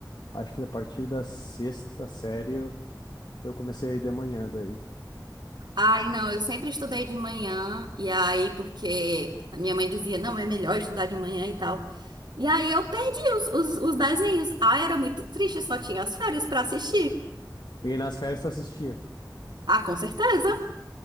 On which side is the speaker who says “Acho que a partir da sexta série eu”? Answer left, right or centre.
Left